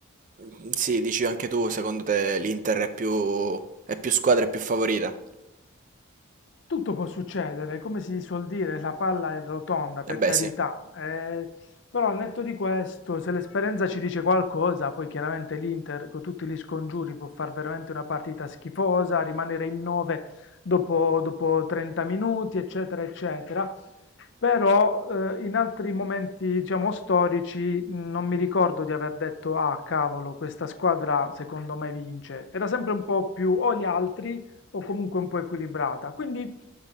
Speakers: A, on the right; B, on the left.
A: Mm, Sì, dici anche tu, secondo te l'Inter è più, è più squadra e più favorita?
B: Tutto può succedere, come si suol dire, la palla è rotonda,
A: Eh
B: per
A: beh,
B: carità,
A: sì.
B: eh, però al netto di questo, se l'esperienza ci dice qualcosa, poi chiaramente l'Inter con tutti gli scongiuri può fare veramente una partita schifosa, rimanere in 9 dopo, dopo 30 minuti, eccetera, eccetera. Però eh, in altri momenti, diciamo, storici, mh, non mi ricordo di aver detto, ah, cavolo, questa squadra secondo me vince. Era sempre un po' più o gli altri o comunque un po' equilibrata. Quindi